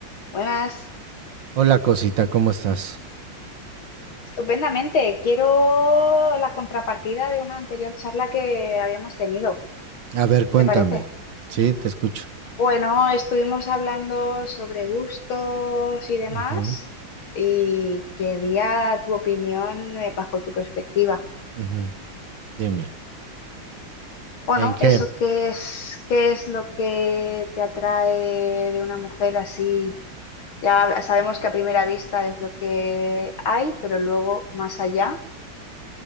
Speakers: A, on the left; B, on the right.
A: Buenas,
B: Hola cosita, ¿cómo estás?
A: estupendamente. Quiero la contrapartida de una anterior charla que habíamos tenido.
B: A ver,
A: ¿Qué
B: cuéntame.
A: te parece?
B: Sí, te escucho.
A: Bueno, estuvimos hablando sobre gustos y demás
B: Ujú,
A: y quería tu opinión eh, bajo tu perspectiva.
B: ujú. Dime,
A: Bueno,
B: ¿en qué?
A: eso, ¿qué es, qué es lo que te atrae de una mujer así? Ya sabemos que a primera vista es lo que hay, pero luego más allá,